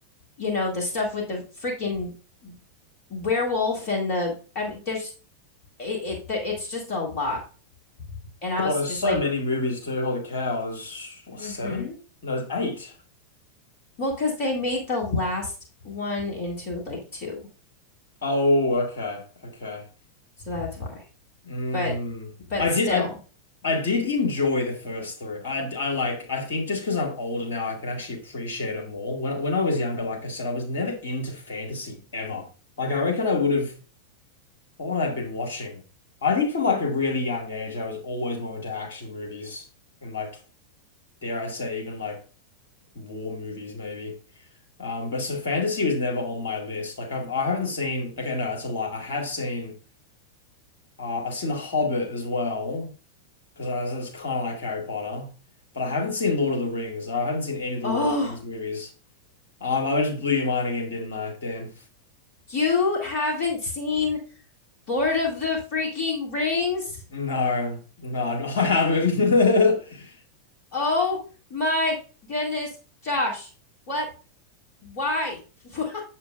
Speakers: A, on the left (about 40°); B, on the left (about 60°).
A: you know, the stuff with the freaking werewolf and the I mean there's it, it it's just a lot. And I was
B: God, there's
A: just
B: so
A: like,
B: many movies too. Holy cow, there's what,
A: mm-hmm.
B: seven? No, there's eight.
A: Well, because they made the last one into like two.
B: Oh, okay, okay.
A: So that's why.
B: Mm.
A: But but
B: I
A: still.
B: did, I, I did enjoy the first three. I, I like, I think just because I'm older now, I can actually appreciate it more. When, when I was younger, like I said, I was never into fantasy ever. Like I reckon I would have thought I've been watching. I think from like a really young age, I was always more into action movies and like, dare I say, even like war movies maybe. Um, but so fantasy was never on my list. Like I've I haven't seen. Okay, no, that's a lie. I have seen. Uh, I've seen The Hobbit as well because I was, it's kind of like Harry Potter, but I haven't seen Lord of the Rings. I haven't seen any of the
A: Oh,
B: Lord of the Rings movies. Um, I just blew your mind again, didn't I? Damn.
A: you haven't seen Lord of the freaking Rings?
B: No, no, no, <laughs> I haven't. <laughs>
A: Oh my goodness, Josh. What? Why? Why? <laughs>